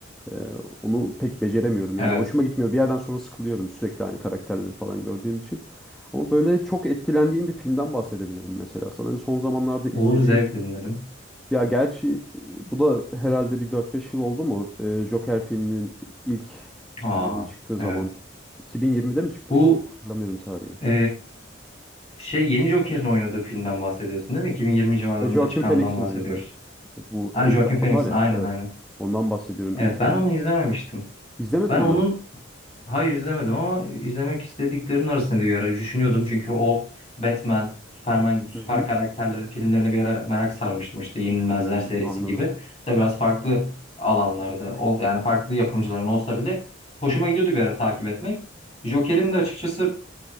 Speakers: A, in the centre; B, on the left.
A: Ee, onu pek beceremiyorum.
B: Evet.
A: Yani hoşuma gitmiyor. Bir yerden sonra sıkılıyorum sürekli aynı karakterleri falan gördüğüm için. Ama böyle çok etkilendiğim bir filmden bahsedebilirim mesela sana. Son zamanlarda
B: Olur
A: izlediğim
B: zevkle dinlerim.
A: ya gerçi e, bu da herhalde bir dört beş yıl oldu mu? Ee, Joker filminin ilk
B: Aa
A: filminin çıktığı
B: evet.
A: zaman 2020'de mi çıkmıştı?
B: Bu
A: Tam Hatırlamıyorum tarihini.
B: e, şey yeni Joker'in oynadığı filmden bahsediyorsun değil mi? 2020 civarlarında
A: Ve Joaquin
B: çıkandan
A: Phoenix'in
B: bahsediyoruz.
A: oynadığı bu
B: Ha,
A: ödül
B: Joaquin Phoenix'in
A: adam var ya
B: aynen
A: evet.
B: aynen.
A: Ondan bahsediyorum
B: Evet
A: ilk
B: ben
A: filmi.
B: onu izlememiştim.
A: İzlemedin
B: Ben onun
A: mi?
B: Hayır izlemedim ama izlemek istediklerimin arasında bir ara düşünüyordum. Çünkü o Batman, Superman gibi süper
A: Hı hı.
B: karakterlerin filmlerine bir ara merak sarmıştım. İşte Yenilmezler
A: Hmm,
B: serisi
A: anladım.
B: gibi. De biraz farklı alanlarda, ol- yani farklı yapımcıların olsa bile hoşuma gidiyordu bir ara takip etmek. Joker'in de açıkçası